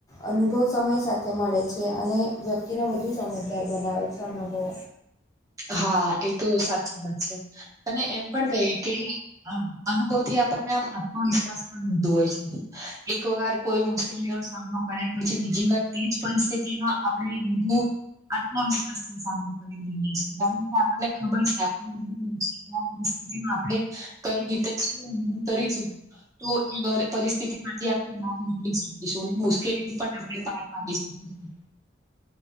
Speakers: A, on the left; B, on the right.
A: અનુભવ સમય સાથે મળે છે અને વ્યક્તિને વધુ સમજદાર બનાવે છે અનુભવો.
B: હા એ તો સાચી વાત છે અને એમ પણ કહીએ કે આમ અનુભવ થી આપણને આમ આત્મવિશ્વાસ પણ આવતું હોય છે એક વાર કોઈ મુશ્કેલીનો સામનો કરે પછી બીજી વાત તેજ પરિસ્થિતિમાં આપણે બધું આત્મવિશ્વાસ નો સામનો કરી લઈએ છીએ કારણ કે આપણને ખબર છે આપણને <unintelligible> <unintelligible> પરિસ્થિતિમાં આપણે કઈ રીતે શું <unintelligible> કરીશું તો એ પરિસ્થિતિમાંથી આપણે બહાર નીકળી શકીશું મુશ્કેલી પણ આપણે પાર પાડી શકીશું